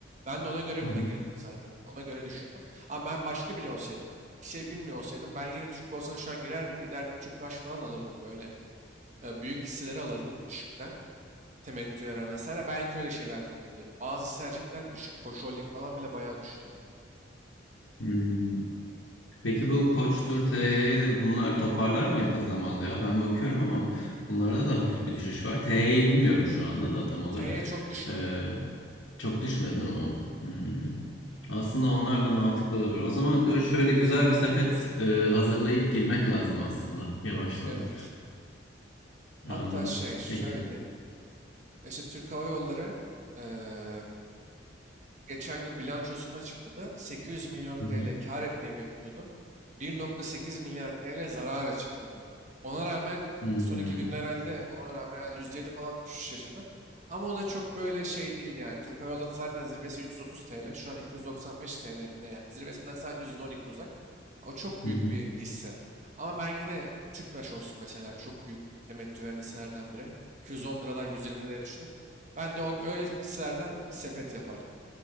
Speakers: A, on the right; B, on the left.
A: Ben de ona göre
B: Hı
A: buna
B: hı.
A: girdim zaten. Ona göre düşündüm. Ama ben başka biri olsaydım, bir şey bilmiyor olsaydım ben yine Türk borsasına şu an girerdim, giderdim Tüpraş falan alırdım böyle. E, büyük hisseleri alırdım düşükten. Temettü veren vesaire. Belki öyle şeyler deneyebilirim. Bazı hisseler cidden düşük. Koç Holding falan bile bayağı düştü.
B: Hmm. Peki bu Koç'tur, THY'dir bunlar toparlar mı yakın zamanda ya? Ben bakıyorum ama bunlarda da hafif bir düşüş var. THY'yi bilmiyorum şu anda da tam olarak.
A: T'ye çok düşmedi.
B: Ee, çok düşmedi değil mi o? Hmm. Aslında onlar da mantıklı olabilir. O zaman diyor şöyle güzel bir sepet e, hazırlayıp girmek lazım aslında yavaştan.
A: Evet. Hatta
B: Anladım.
A: şey şöyle
B: Peki.
A: diyeyim. E, İşte Türk Hava Yolları e, geçen gün bilançosunu açıkladı. 800 milyon
B: Hı
A: TL
B: hı.
A: kar etmeyi bekliyordu. 1.8 milyar TL zarar açıkladı. Ona rağmen
B: Hmm.
A: son iki günde herhalde ona rağmen herhalde %7 falan bir düşüş yaşadı. Ama o da çok böyle şey değildi yani. Türk Hava Yolları'nın zaten zirvesi 330 TL. Şu an 295 TL mi ne yani. Zirvesinden sadece %12 uzak. O çok
B: Hı
A: büyük
B: hı.
A: bir hisse. Ama ben yine Tüpraş olsun mesela çok büyük temettü veren hisselerden biri. 210 liradan 120 liraya düştü. Ben de onun öyle hisselerden sepet yapardım.